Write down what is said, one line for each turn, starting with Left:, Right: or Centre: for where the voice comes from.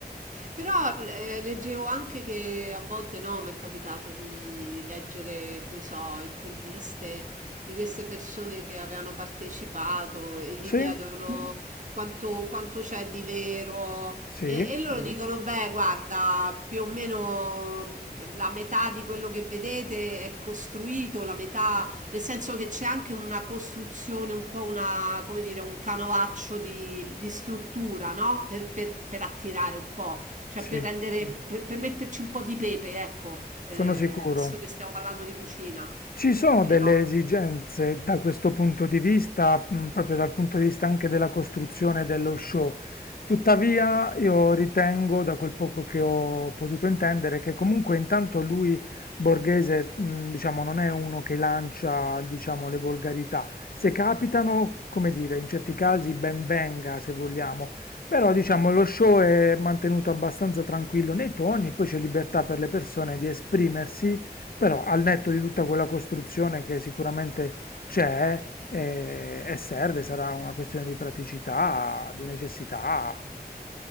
Right: Però eh, leggevo anche che a volte no, mi è capitato di leggere, che ne so, interviste di queste persone che avevano partecipato e gli
Left: Sì?
Right: chiedono <laughs> quanto, quanto c'è di vero
Left: Sì?
Right: e, e loro dicono, beh, guarda, più o meno mh, la metà di quello che vedete è costruito, la metà, nel senso che c'è anche una costruzione, un po' una, come dire, un canovaccio di, di struttura, no? per per- per attirare un po'. Cioè
Left: Sì,
Right: per rendere, per, per metterci un po' di pepe, ecco, eh,
Left: sono sicuro.
Right: visto che stiamo parlando di cucina,
Left: Ci sono
Right: vero?
Left: delle esigenze da questo punto di vista, mh, proprio dal punto di vista anche della costruzione dello show. Tuttavia, io ritengo, da quel poco che ho potuto intendere, che comunque intanto lui, Borghese, mh, diciamo, non è uno che lancia, diciamo, le volgarità. Se capitano, come dire, in certi casi ben venga, se vogliamo. Però, diciamo, lo show è mantenuto abbastanza tranquillo nei toni, poi c'è libertà per le persone di esprimersi però al netto di tutta quella costruzione che sicuramente c'è eh, e serve, sarà una questione di praticità, di necessità,